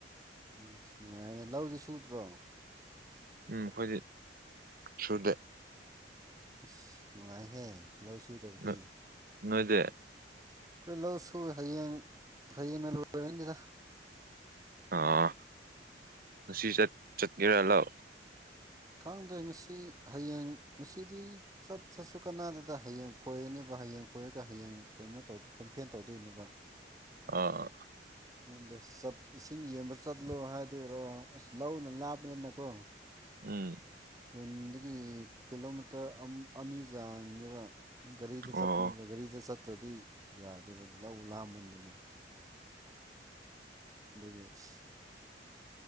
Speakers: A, on the right (about 20°); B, on the right (about 55°).
A: ꯑꯁ ꯅꯨꯡꯉꯥꯏꯔꯦ ꯂꯧꯗꯤ ꯁꯨꯗ꯭ꯔꯣ
B: ꯎꯝ ꯑꯩꯈꯣꯏꯗꯤ ꯁꯨꯗꯦ
A: ꯑꯁ ꯅꯨꯡꯉꯥꯏꯍꯦ ꯂꯧ ꯁꯨꯗꯕꯗꯤ
B: ꯅꯣꯏ ꯅꯣꯏꯗꯤ
A: ꯑꯩꯈꯣꯏ ꯂꯧꯁꯨ ꯍꯌꯦꯡ ꯍꯌꯦꯡꯅ ꯂꯣꯏꯔꯅꯤꯗ
B: ꯑꯥ ꯉꯁꯤ ꯆꯠꯀꯦꯔꯥ ꯂꯥꯛꯑꯣ
A: ꯈꯪꯗ꯭ꯔꯦ ꯉꯁꯤ ꯍꯌꯦꯡ ꯉꯁꯤꯗꯤ ꯆꯠꯇ꯭ꯔꯁꯨ ꯀꯅꯥꯗꯗ ꯍꯌꯦꯡ ꯈꯣꯏꯔꯅꯦꯕ ꯍꯌꯦꯡ ꯈꯣꯏꯔꯒ ꯍꯌꯦꯡ ꯀꯩꯅꯣ ꯇꯧ ꯄꯝꯐꯦꯟ ꯇꯧꯗꯣꯏꯅꯦꯕ
B: ꯑꯥ
A: ꯈꯪꯗꯦꯠ ꯏꯁꯤꯡ ꯌꯦꯡꯕ ꯆꯠꯂꯣ ꯍꯥꯏꯗꯣꯏꯔꯣ ꯑꯁ ꯂꯧꯅ ꯂꯥꯞꯄꯅꯤꯅꯀꯣ
B: ꯎꯝ
A: ꯈꯨꯟꯗꯒꯤ ꯀꯤꯂꯣꯃꯤꯇꯔ ꯑꯅꯤ ꯆꯥꯡꯅꯦꯕ ꯒꯥꯔꯤꯗ
B: ꯑꯣ
A: ꯆꯠꯄꯅꯦꯕ ꯒꯥꯔꯤꯗ ꯆꯠꯇ꯭ꯔꯗꯤ ꯌꯥꯗꯦꯕ ꯂꯧ ꯂꯥꯃꯟꯗꯅ ꯗꯗꯒꯤ ꯑꯦꯁ